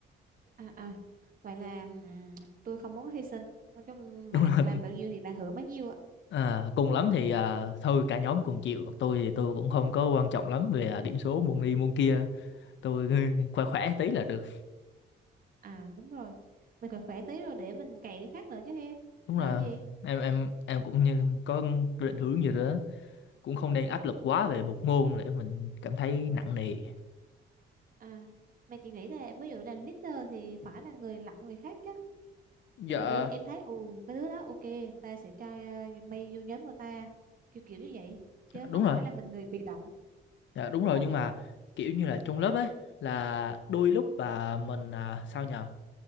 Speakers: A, on the right; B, on the left.
A: à à vậy là ừm, tôi không muốn hy sinh nói chung
B: đúng
A: bạn
B: là
A: làm bao nhiêu thì bạn hưởng bấy nhiêu ạ
B: À, cùng lắm thì à, thôi cả nhóm cùng chịu tôi thì tôi cũng không có quan trọng lắm về à, điểm số môn này môn kia tôi <laughs> khỏe khỏe tí là được
A: à đúng rồi mình khỏe khỏe tí rồi để mình cày cái khác nữa chứ he
B: đúng
A: lo
B: là
A: gì
B: em em em cũng như có định hướng như đó cũng không nên áp lực quá về một môn để mình cảm thấy nặng nề
A: à mà chị nghĩ là ví dụ là leader thì phải là người lọc người khác chứ
B: dạ
A: ví dụ như em thấy ồ cái đứa đó ok ta sẽ cho uh, mày vô nhóm của ta kiểu kiểu như vậy chứ không
B: đúng rồi
A: phải là mình người bị động
B: dạ đúng
A: đúng
B: rồi
A: không
B: nhưng mà kiểu như là trong lớp ấy là đôi lúc mà mình à, sao nhờ